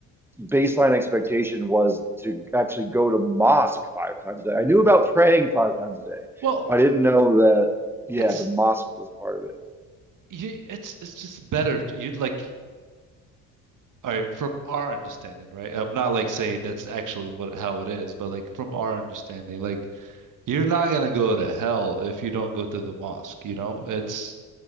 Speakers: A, in the centre; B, on the right.
A: baseline expectation was to actually go to mosque five times a day. I knew about praying five times a day.
B: Well,
A: I didn't know that, yeah,
B: it's
A: the mosque was part of it.
B: you, it's it's just better to, you'd like all right from our understanding, right? I'm not like saying that's actually what how it is, but like from our understanding, like you're not gonna go to hell if you don't go to the mosque, you know? It's